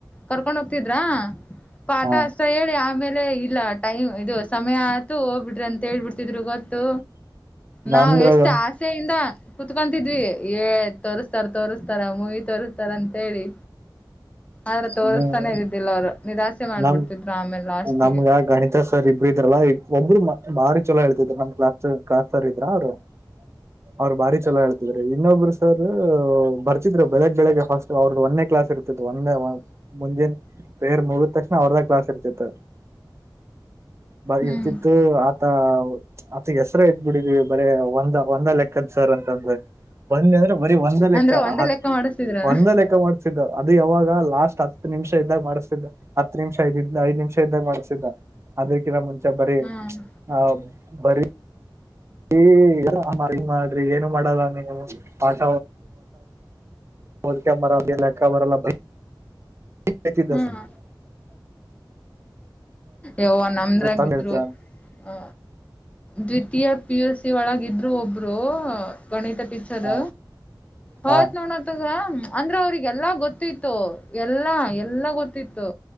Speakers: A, on the left; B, on the right.
A: ಕರ್ಕೊಂಡ್ ಹೋಗ್ತಿದ್ರಾ <unintelligible> ಪಠ
B: ಹಾ
A: ಅಷ್ಟ ಹೇಳಿ ಆಮೇಲೆ ಇಲ್ಲ ಟೈಮ್ ಇದು ಸಮಯ ಆಯತು ಹೋಗ್ಬಿಡ್ರಿ ಅಂತ ಹೇಳ್ಬಿಡ <unintelligible> <unintelligible> ಗೊತ್ತು
B: ನಮ್ದ್ರಾಗ
A: ನಾವು ಎಷ್ಟು ಆಸೆಯಿಂದ ಕುೂತ್ಕ <unintelligible> ದ್ವಿ ಏ ತೋರಿಸ್ತಾರ ತೋರ್ಸ್ತಾರ ಮೂವಿ ತೋರಿಸಸ್ತಾರ ಅಂತ ಹೇಳಿ ಆದ್ರ ತೋಸ್ತಾನೇ
B: ಹ್ಮ್
A: ಇದಿದ್ದಿಲ್ಲ ಅವ್ರು ನಿರಾಸೆ ಮಾಡ್ಬಿಡ್ತಿದ್ರ
B: ನಮ್
A: ಆಮೇಲೆ ಲಾಸ್ಟಿಗೆ
B: ನಮ್ಗ ಗಣಿತ <unintelligible> ಒಬ್ರು ಭಾರಿ ಚಲ ಹೇಳ್ತಿದ್ರು ನಮ್ ಕ್ಲಾಸ್ ಕ್ಲಾಸ್ ಸರ್ ಇದ್ರ ಅವ್ರು <unintelligible> ಅವ್ರ ಭಾರಿ ಚಲೋ ಹೇಳ್ತಿದ್ರಿ ಇನ್ನೊಬ್ರು ಸರ್ ಬರ್ತಿದ್ರು ಬೆಳಗ್ ಬೆಳಗ್ ಹಾಸ್ಟಲ್ ಅವ್ರದ್ದ ಒಂದೇ ಕ್ಲಾಸ್ ಇರ್ತತ್ತು ಒಂದೇ <unintelligible> ಮುಂಜೆನೆ ಪ್ರೇರ್ ಮುಗಿದ ತಕ್ಷಣ ಅವರ್ದ ಕ್ಲಾಸ್ ಇರ್ತತೆ ಬರಿ
A: ಹ್ಮ್
B: ಇರ್ತಿತ್ತು ಆತ ಮತ್ ಹೆಸರು ಇಟ್ಬ ಬಿಡಿದೀವಿ ಬರ ಒಂದ್ ಒಂದ ಲೆಕ್ಕದ ಸರ್ ಅಂತಂದ್ರೆ ಬಂದಿ ಅಂದ್ರೆ ಬರೀ ಒಂದ ಲೆಕ್ಕ
A: ಅಂದ್ರೆ ಒಂದೇ
B: ಹತ್
A: ಲೆಕ್ಕ ಮಾಡಿಸ್ತಿದ್ರನ
B: ಒಂದ ಲೆಕ್ಕ ಮಾಡ್ತಿದ್ದ ಅದು ಯಾವಾಗ ಲಾಸ್ಟ್ ಹತ್ ನಿಮಿಷ ಇದ್ದಾಗ ಮಾಡ್ಸಿದ್ದ ಹತ್ತು ನಿಮಿಷ ಐದ ಐದ್ ನಿಮಿಷ ಇದ್ದಾಗ ಮಾಡ್ಸಿದ್ದ ಅದಕಿ ನ ಬರಿ
A: ಹ್ಮ್
B: ಹ ಬರಿ ಏ ಮಾಡ್ರಿ ಏನು ಮಾಡಲ್ಲ ನೀವು ಆಠ <unintelligible> ಪಚಿ ದಸ್
A: ಹ್ಮ್
B: <unintelligible>
A: ಯವ್ವ ನಮದ್ರಾಗಿದ್ರು
B: ತಂದ ಹೇಳ್ತ
A: ಹ ದ್ವಿತೀಯ ಪಿ ಯು ಸಿ ಒಳಗ ಇದ್ರು ಒಬ್ರು ಗಣಿತ ಪಿಕ್ಚರ್
B: ಹಾ
A: ಹೌತ್
B: ಹಾ
A: ನೋಡತದ ಅಂದ್ರ ಅವ್ರಿಗೆಲ್ಲಾ ಗೊತ್ತಿತ್ತು ಎಲ್ಲಾ ಎಲ್ಲ ಗೊತ್ತಿತ್ತು